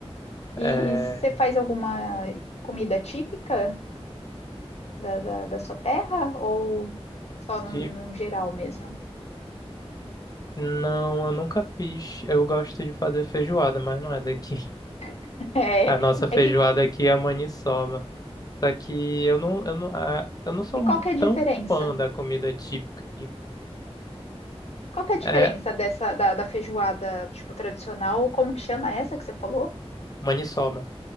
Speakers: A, on the left; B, on the left.
A: e,
B: é,
A: e você faz alguma comida típica da, da, da sua terra ou só num,
B: típica.
A: num geral mesmo?
B: Não, eu nunca fiz. Eu gosto de fazer feijoada, mas não é daqui.
A: <laughs> É,
B: A nossa feijoada
A: é que.
B: aqui é a maniçoba. Só que eu não, eu não, ah, eu não sou
A: E qual
B: um,
A: que é a
B: tão
A: diferença?
B: fã da comida típica aqui.
A: Qual que é a diferença
B: É
A: dessa da, da feijoada, tipo, tradicional? Como que chama essa que você falou?
B: maniçoba.